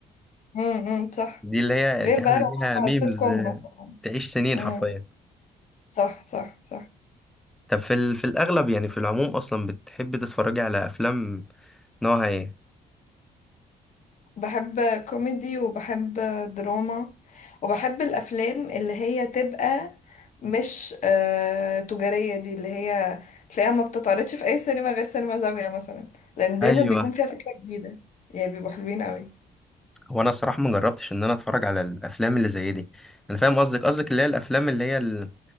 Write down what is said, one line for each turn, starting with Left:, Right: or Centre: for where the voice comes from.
Left: امم امم، صح
Centre: دي اللي هي
Left: غير
Centre: تعمل
Left: بقى لو
Centre: بيها ميمز
Left: هو سيت كوم مثلا
Centre: تعيش سنين
Left: امم
Centre: حرفيا
Left: صح صح صح
Centre: طب في ال... في الاغلب يعني في العموم اصلا بتحب تتفرجي على افلام نوعها ايه؟
Left: بحب كوميدي وبحب دراما وبحب الافلام اللي هي تبقى مش آه تجارية دي اللي هي تلاقيها ما بتتعرضش في اي سينما غير سينما زاوية مثلا لان دايما
Centre: ايوه
Left: بيكون فيها فكرة جديدة يعني بيبقوا حلوين قوي
Centre: هو انا الصراحه ما جربتش ان انا اتفرج على الافلام اللي زي دي انا فاهم قصدك قصدك اللي هي الافلام اللي هي ال-